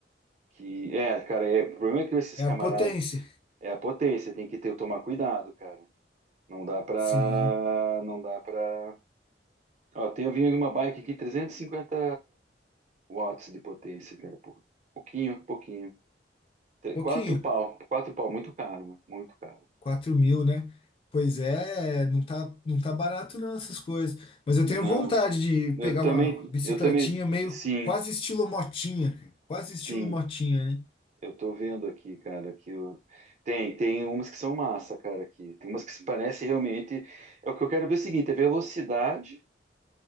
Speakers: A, on the right; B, on the left.
A: que... É, cara, é, o problema é que esses
B: É
A: camaradas.
B: a potência.
A: É a potência, tem que ter, tomar cuidado, cara. Não dá pra.
B: Sim,
A: Não dá pra. Ó, tem, eu vi uma bike aqui, 350 watts de potência, cara. pô. Pouquinho, pouquinho. Tre-
B: pouquinho.
A: Quatro pau, quatro pau, muito caro, mano, muito caro.
B: quatro mil, né? Pois é, não tá, não tá barato não essas coisas. Mas eu
A: Não.
B: tenho vontade de
A: Eu
B: pegar
A: também,
B: uma bicicletinha
A: eu também,
B: meio
A: sim,
B: quase estilo motinha, cara. Quase estilo
A: sim.
B: motinha, né?
A: Eu tô vendo aqui, cara, que eu... tem, tem umas que são massa, cara, aqui. Tem umas que se parecem realmente. É o que eu quero ver é o seguinte, é velocidade